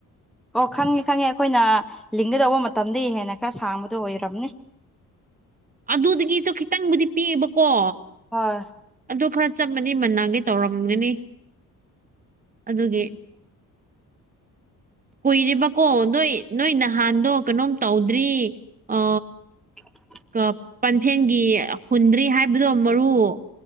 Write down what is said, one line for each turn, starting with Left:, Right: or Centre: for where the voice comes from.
Centre: ꯑꯣ ꯈꯪꯉꯦ ꯈꯪꯉꯦ ꯑꯩꯈꯣꯏꯅ ꯂꯤꯡꯒ ꯗꯧꯕ ꯃꯇꯝꯗꯩ ꯍꯦꯟꯅ ꯈꯔ ꯁꯥꯡꯕꯗꯣ ꯑꯣꯏꯔꯝꯅꯤ
Right: ꯑꯗꯨꯗꯒꯤꯁꯨ ꯈꯤꯇꯪꯕꯨꯗꯤ ‌ꯄꯤꯛꯑꯦꯕꯀꯣ
Centre: ꯍꯣꯏ
Right: ꯑꯗꯨ ꯈꯔ ꯆꯞ ꯃꯅꯤ ꯃꯅꯥꯒ‌ꯦ ꯇꯧꯔꯝꯒꯅꯤ ꯑꯗꯨꯒꯤ
Centre: <inaudible>
Right: ꯀꯨꯏꯔ‌ꯦꯕꯀꯣ ꯅꯣꯏ ꯅꯣꯏ ꯅꯍꯥꯟꯗꯣ ꯀꯥꯅꯣꯝ ꯇꯧꯗ꯭ꯔꯤ ꯑ
Centre: <unintelligible>
Right: ꯀꯞ ꯄꯟꯐꯦꯟꯒꯤ ꯍꯨꯟꯗ꯭ꯔꯤ ꯍꯥꯏꯕꯗꯣ ꯃꯔꯨ